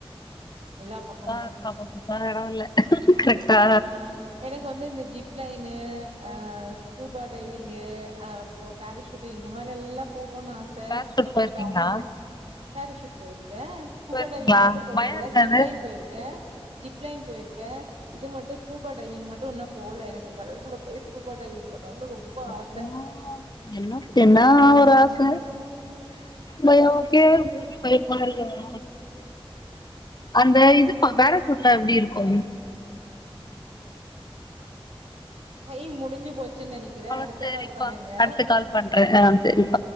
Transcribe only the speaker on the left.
ஆ அப்போ சுத்தாத எடோ இல்ல கரெக்டா
பேராசூட் போயிருக்கீங்களா
போயிருக்கீங்களா
பயோ இருக்காது
எப்போ
என்ன என்னா ஒரு ஆச பயோ கே பயமால்லையா <inaudible> அந்த இதுப்பா பாரஷூட்லா எப்படி இருக்கு
அவ்ளோ
சரிப்பா
அடுத்து கால் பண்றே ஆ சரிப்பா